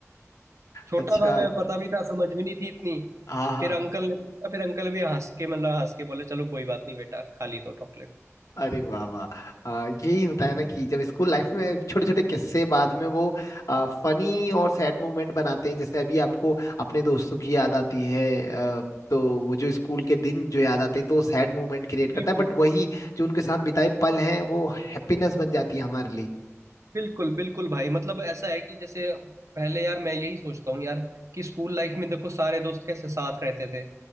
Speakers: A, on the right; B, on the left.
A: छोटा
B: अच्छा
A: था मैं पता भी नहीं था समझ भी नहीं थी इतनी
B: हाँ हाँ
A: फिर अंकल ने पूछा फिर अंकल भी हंस के मतलब हंस के बोले चलो कोई बात नहीं बेटा खा ली तो चॉकलेट
B: अरे वाह वाह आ, यही होता है ना कि जब स्कूल लाइफ में छोटे छोटे किस्से बाद में वो आ, फनी और सैड मोमेंट बनाते हैं जैसे अभी आपको अपने दोस्तों की याद आती है आ, तो वो जो स्कूल के दिन जो याद आते हैं तो सैड मोमेंट क्रिएट करता
A: बिल्कुल
B: है बट वही जो उनके साथ बिताए पल हैं वो हैप्पीनेस बन जाती है हमारे लिए
A: बिल्कुल बिल्कुल भाई मतलब ऐसा है कि जैसे पहले यार मैं यही सोचता हूँ यार कि स्कूल लाइफ में देखो सारे दोस्त कैसे साथ रहते थे